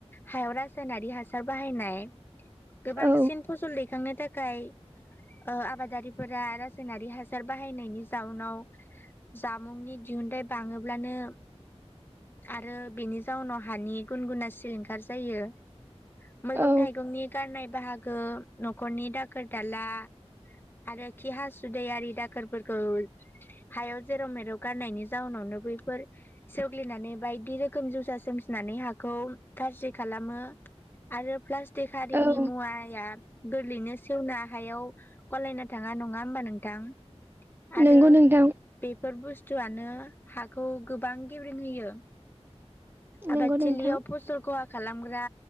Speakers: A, on the left; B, on the right.
A: हायाव रासायनारि हासार बाहायनाय गोबांसिन
B: औ
A: फसल दैखांनो थाखाय आबादारिफोरा रासायनारि हासार बाहायनायनि जाउनाव जामुंनि दिहुनथाइ बाङोब्लानो आरो बेनि जाउनाव हानि गुन गुना सिलिंखार जायो। मैगं
B: औ
A: थाइगंनि गारनाय बाहागो न'खरनि दाखोर दाला आरो खिहाासुदैारि दाखोरफोरखौ हायाव जेराव मेराव गारनायनि जााहनावनो बैफोर सेवग्लिनानै बायदि रोखोम जोसा सोमजिनानै हाखौ फार्रिं खालामो। आरो प्लास्टिक आरारिनि
B: औ
A: मुवाया गोरलैनो सेवना हायाव गलायना थाङा नङा होमबा नोंथां? आरो
B: नंगौ नोंथां
A: बेफोर बुस्थुआनो हाखौ गोबां गेब्रेेंहोयो।
B: नंगौ
A: आबादथिलियाव
B: नोंथां
A: फसल खहा खालामग्रा